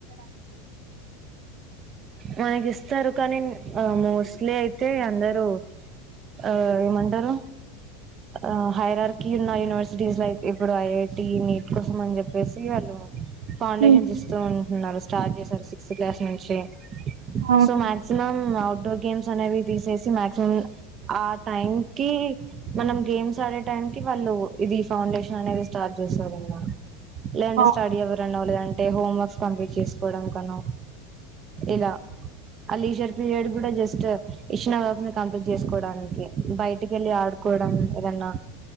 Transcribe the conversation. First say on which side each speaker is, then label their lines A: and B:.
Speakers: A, on the right; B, on the right.
A: మనకి ఇస్తారు కానీ ఆ మోస్ట్లీ అయితే అందరూ ఆ ఏమంటారు ఆ హైరార్కి ఉన్న యూనివర్సిటీస్ లైక్ ఇప్పుడు ఐఐటి నీట్ కోసం అని చెప్పేసి ఫౌండేషన్స్
B: ఉమ్,
A: ఇస్తూ ఉంటున్నారు స్టార్ట్ చేశారు సిక్స్త్ క్లాస్ నుంచి
B: అవును
A: సో మాక్సిమం అఔట్డోర్ గేమ్స్ అనేవి తీసేసి మాక్సిమం ఆ టైం కి మనం గేమ్స్ ఆడే టైం కి వాళ్ళు ఇది ఫౌండేషన్ అనేది స్టార్ట్ చేశారు అంట మా లేదంటే
B: ఆ,
A: స్టడీ ఎవరన్నా లేదంటే హోమ్ వర్క్స్ కంప్లీట్ చేసుకోవడం కనో ఇలా ఆ లీజర్ పీరియడ్ కూడా జస్ట్ ఇచ్చిన వర్క్ కంప్లీట్ చేసుకోవడానికి బయటికి వెళ్ళి ఆడు కోవడనీకి ఏదన్నా